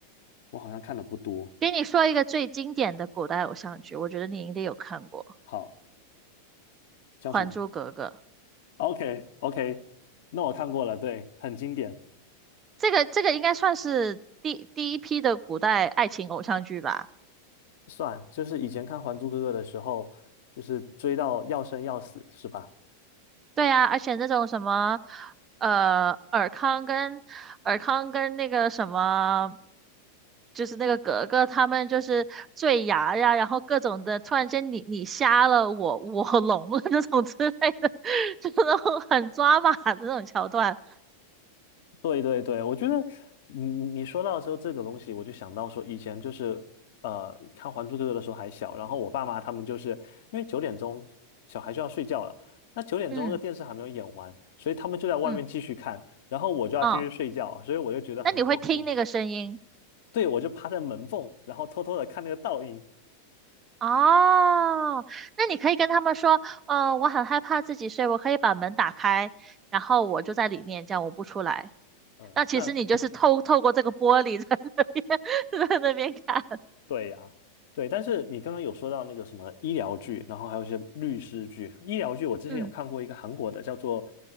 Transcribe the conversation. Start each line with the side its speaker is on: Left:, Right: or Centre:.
Left: 我好像看的不多。
Right: 给你说一个最经典的古代偶像剧，我觉得你应该有看过
Left: 好，叫什么
Right: 《还珠格格》。
Left: ？OK OK，那我看过了，对，很经典，
Right: 这个这个应该算是第第一批的古代爱情偶像剧吧。
Left: 算，就是以前看《还珠格格》的时候，就是追到要生要死，是吧？
Right: 对呀，而且那种什么，呃，尔康跟尔康跟那个什么，就是那个格格他们就是坠崖呀，然后各种的，突然间你你瞎了，我我聋了那种之类的，<laughs> 就那种很抓马的那种桥段。
Left: 对对对，我觉得你你你说到时候这个东西，我就想到说以前就是呃看《还珠格格》的时候还小，然后我爸妈他们就是因为九点钟小孩就要睡觉了，那九点钟那个电视还没有演完，
Right: 嗯
Left: 所以他们就在外面继续看，
Right: 嗯
Left: 然后我就要进去睡觉，
Right: 哦，
Left: 所以我就觉得很困惑。
Right: 那你会听那个声音
Left: 对，我就趴在门缝，然后偷偷的看那个倒影，
Right: 哦？那你可以跟他们说，呃，我很害怕自己睡，我可以把门打开，然后我就在里面，这样我不出来。
Left: 嗯，
Right: 那其实你就是透透过这个玻璃
Left: 那
Right: <laughs> 在那边 <laughs> 在那边看，
Left: 对呀，对，但是你刚刚有说到那个什么医疗剧，然后还有一些律师剧。医疗剧我之前有看过一个韩国的，
Right: 嗯
Left: 叫做